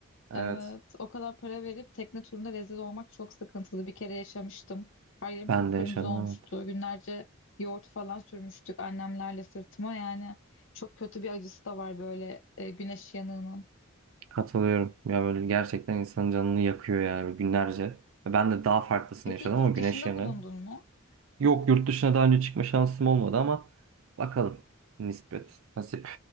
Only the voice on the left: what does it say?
Evet o kadar para verip tekne turunda rezil olmak çok sıkıntılı. Bir kere yaşamıştım. Her yerim
kıpkırmızı
olmuştu.
Günlerce yoğurt falan sürmüştük annemlerle sırtıma yani. Çok kötü bir acısı da var böyle e, güneş yanığının.
Peki
hiç
yurt
dışında
bulundun mu?